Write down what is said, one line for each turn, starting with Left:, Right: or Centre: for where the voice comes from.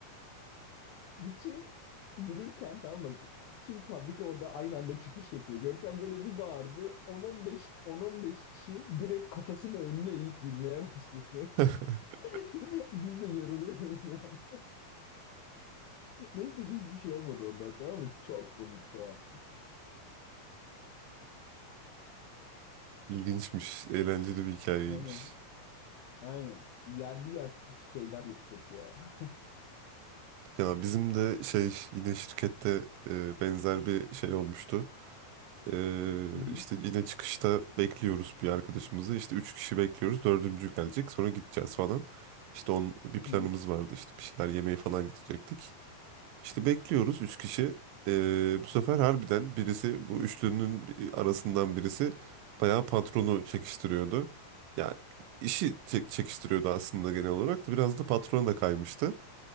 Left: Bütün yürürken tamam mı? Bütün fabrika orada aynı anda çıkış yapıyor. Görkem böyle bir bağırdı. 10-15 10-15 kişi direkt kafasını önüne eğip gülmeye başladı.
Right: <laughs>
Left: <laughs> Biz de yarılıyoruz yani. Neyse ki hiçbir şey olmadı ondan sonra ama çok komikti o an.
Right: İlginçmiş. Eğlenceli bir hikayeymiş.
Left: Aynen. Aynen. Yerli yersiz şeyler yapıyordu ya.
Right: Ya bizim de şey yine şirkette e, benzer bir şey olmuştu. E,
Left: Hı hı.
Right: işte yine çıkışta bekliyoruz bir arkadaşımızı. İşte üç kişi bekliyoruz. Dördüncü gelecek. Sonra gideceğiz falan. İşte onun bir planımız
Left: Hı hı.
Right: vardı. İşte bir şeyler yemeye falan gidecektik. İşte bekliyoruz üç kişi. Ee, bu sefer harbiden birisi bu üçlünün bi- arasından birisi bayağı patronu çekiştiriyordu. Yani işi çek- çekiştiriyordu aslında genel olarak da biraz da patrona da kaymıştı.